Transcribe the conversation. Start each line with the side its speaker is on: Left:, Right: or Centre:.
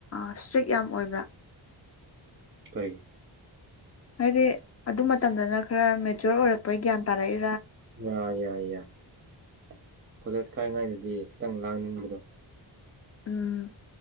Left: ꯏꯁꯇ꯭ꯔꯤꯛ ꯌꯥꯝ ꯑꯣꯏꯕ꯭ꯔꯥ
Right: ꯀꯔꯤ
Left: ꯍꯥꯏꯗꯤ ꯑꯗꯨ ꯃꯇꯝꯗꯅ ꯈꯔ ꯃꯦꯆꯣꯔ ꯑꯣꯏꯔꯛꯄꯩ ꯒ꯭ꯌꯥꯟ ꯇꯥꯔꯛꯏ
Right: ꯑ ꯀꯣꯂꯦꯖ ꯀꯥꯏꯉꯥꯏꯗꯗꯤ ꯈꯤꯇꯪ ꯂꯥꯡꯅꯤꯡꯕꯗꯣ
Left: ꯎꯝ